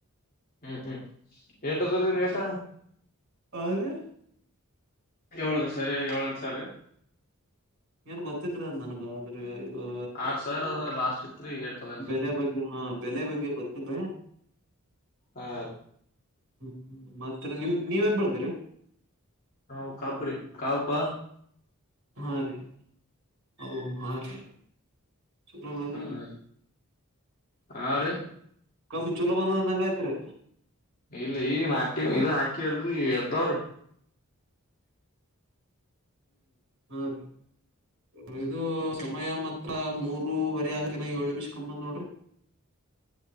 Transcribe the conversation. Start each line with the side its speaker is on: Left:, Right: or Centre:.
Left: ಹ್ಮ್ ಹ್ಮ್ ಏಟದರೀ ರೇಟ
Right: ಆ ರೀ
Left: ಏಳ ಸರೆ ಏಳೆಂಟು ಸರೆ
Right: ಏನ್ ಗೊತ್ತಿಲ್ರೀ ನನ್ಗ ಆದ್ರೆ ಆ
Left: ಆರ್ ಸಾವಿರ ಅದ ಲಾಸ್ಟ್ ಇತ್ರಿ ಈಗ ಎಟ್ಟದೇನ್ರಿ
Right: ಬೆಲೆ ಬಗ್ಗೆ ಹಾ ಬೆಲೆ ಬಗ್ಗೆ ಗೊತ್ತಿಲ್ರಿ
Left: ಹಾ
Right: ಹ್ಮ ಮತ್ತ ರೀ ನೀವ್ ಏನ್ ಬೆಳ್ದಿರಿ
Left: ನಾವು ಕಾಬ್ರಿ ಕಾಬ್ಬಾ
Right: ಹಾ ರೀ ಅಬಾಬಬ ಹಾ ರೀ ಚಲೋ ಓದ್ಯಾನ
Left: ಹ್ಮ ಹಾ ರೀ
Right: ಕಬ್ಬ ಚೊಲೋ ಬಂದಂಗ ಆಯ್ತ್ರಿ
Left: ಇಲ್ಲಿ ಈಗ ನಾಟಿ ಇದ ಹಾಕೀವಲ್ರೀ ಎದ್ದಾವ್ರಿ
Right: <inaudible> ಹೂಂ ರೀ ಇದು ಸಮಯ ಮ ಮೂರವರೆ ಆಗಕೇನ ಏಳ್ ನಿಮಿಷ ಕಂಬಂದ್ ನೋಡ್ರಿ